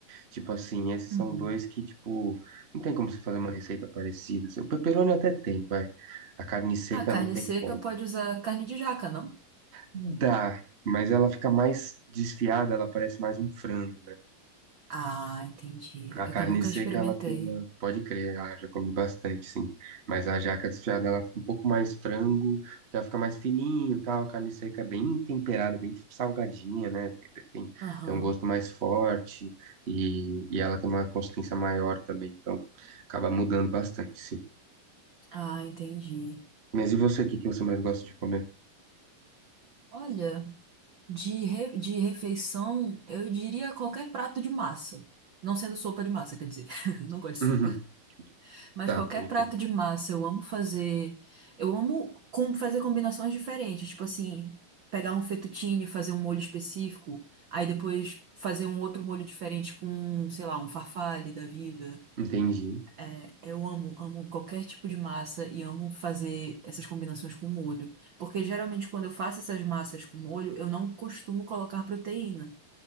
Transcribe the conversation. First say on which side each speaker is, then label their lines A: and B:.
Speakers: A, on the right; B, on the right.
A: Tipo assim, esses
B: Uhum.
A: são dois que, tipo, não tem como você fazer uma receita parecida. assim. O pepperoni até tem, vai. A carne seca
B: A carne
A: não tem
B: seca
A: como.
B: pode usar carne de jaca, não?
A: Dá, mas ela fica mais desfiada, ela parece mais um frango, né?
B: Ah, entendi.
A: A
B: É
A: carne
B: que eu nunca
A: seca,
B: experimentei.
A: ela tem uma. Pode crer, ah, já comi bastante, sim. Mas a jaca desfiada, ela fica um pouco mais frango, porque ela fica mais fininho e tal. A carne seca é bem temperada, bem salgadinha, né? Tem, tem,
B: Aham.
A: tem um gosto mais forte e, e ela tem uma consistência maior também. Então, acaba mudando bastante, sim.
B: Ah, entendi.
A: Mas e você, o que que você mais gosta de comer?
B: Olha. De, re- de refeição, eu diria qualquer prato de massa. Não sendo sopa de massa, quer dizer, <laughs> não gosto de sopa.
A: Uhum,
B: Mas
A: Tá,
B: qualquer
A: pode
B: prato
A: crer.
B: de massa, eu amo fazer. Eu amo com- fazer combinações diferentes. Tipo assim, pegar um fettuccine, e fazer um molho específico, aí depois fazer um outro molho diferente com, sei lá, um farfalle da vida.
A: Entendi.
B: É, eu amo, amo qualquer tipo de massa e amo fazer essas combinações com molho. Porque geralmente quando eu faço essas massas com molho, eu não costumo colocar proteína.